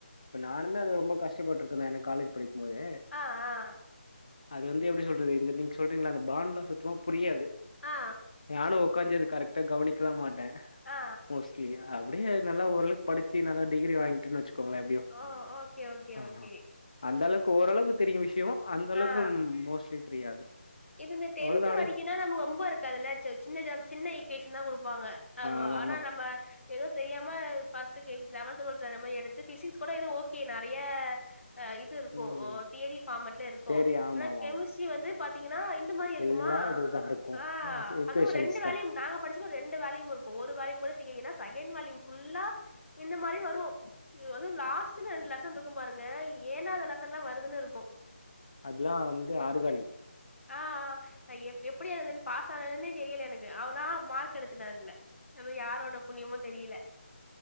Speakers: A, on the left (about 35°); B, on the left (about 80°).
A: இப்ப நானுமே அது ரொம்ப கஷ்டபட்டுருக்கேந்தா எனக்கு காலேஜ் படிக்கு போது
B: ஆ ஆ
A: அது வந்து எப்டி சொல்றது இந்த நீங்க சொல்றீங்களா அந்த பான்ட்லா சுத்தமா புரியாது
B: ஆ ஆ
A: நானு கரெக்ட்டா கவனிக்கலா மாட்டே
B: ஆ
A: மோஸ்ட்லி அப்டியே நல்ல ஓரளவுக்கு படிச்சு நல்லா டிகிரி வாங்கிட்டுன்னு வச்சுக் அவங்களா எப்டியோ
B: ஓ ஓகே ஓகே
A: ஆ
B: ஓகே
A: ஆ அந்த அளவுக்கு ஓரளவுக்கு தெரியு விஷயோ அந்த அளவுக்கு
B: ஆ
A: மோஸ்லி தெரியாது
B: இது இந்த டென்த்
A: அவ்ளோதாடு
B: வரைக்குனா நமக்கு ரொம்ப இருக்காதுல சி சின்ன சின்ன ஈ ஈகுவேசன் தா குடுப்பாங்க ஆ
A: ஆமா
B: ஆனா
A: ஆமா
B: நம்ம ஏதோ தெரியாம பஸ்ட்டு லெவன்த் டுவெல்த் அந்த மாதிரி எடுத்து பிசிக்ஸ் கூட எதோ ஓக்கே நறைய ஆ இது இருக்கு
A: ம்
B: தியரி பார்மட்டுல இருக்கு
A: தெரி ஆமா
B: ஆனா
A: ஆமா
B: கெமிஸ்ட்ரி
A: ஆமா
B: வந்து ஏனா இந்த மாரி
A: ஃபுல்லா
B: இருக்குமா
A: இதுதா இருக்கு
B: ஆ
A: ஈக்குவேஷன்ஸ்
B: அது ரெண்டு வாலிம்
A: தா
B: நாங்க படிச் மேக்சிமம் ரெண்டு வாலிம் இருக்கு ஒரு வாலிம் கூட திங்கன்னா செகண்ட் வாலிம் புல்லா இந்த மாதிரி வரு இது வந்து லாஸ்ட் ரெண்டு லெசன் இருக்கு பாருங்க ஏனா இந்த லெசன்லா வருதுன்னு இருக்கு
A: அதெல்லா வந்து ஆர்கானிக்
B: ஆ ஆ எப்டி அதுல இருந்து பாஸ் ஆனதுன்னே தெரியல எனக்கு ஆனா மார்க் எடுத்துட்ட அதுல நம்ம யாரோட புண்ணியமோ தெரியல